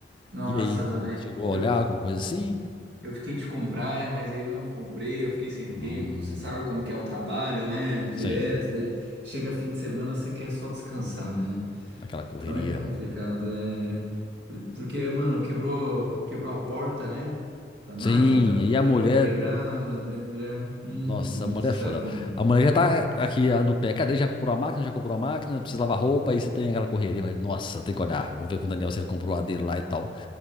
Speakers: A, on the right; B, on the left.
A: Nossa,
B: E aí,
A: mano,
B: você
A: é-
B: chegou a olhar
A: eu,
B: alguma coisa assim?
A: eu fiquei de comprar, é, mas ainda não comprei, eu fiquei sem tempo.
B: Hum,
A: Você sabe como que é o trabalho, né? Direto,
B: sim,
A: daí chega fim de semana, você quer só descansar, né?
B: naquela correria.
A: Então é complicado, é... por- Porque, mano, quebrou, quebrou a porta, né? Da máquina,
B: Sim,
A: tá,
B: e a
A: tá
B: mulher,
A: meio quebrada, da mulher... Uhum,
B: nossa, a mulher
A: você
B: é foda.
A: sabe como... que- é."
B: A mulher já tá aqui ah, no pé, cadê? Já comprou a máquina, já comprou a máquina, precisa lavar roupa, aí você tem aquela correria. Eu falei, Nossa, tem que olhar, vou ver com o Daniel se ele comprou a dele lá e tal.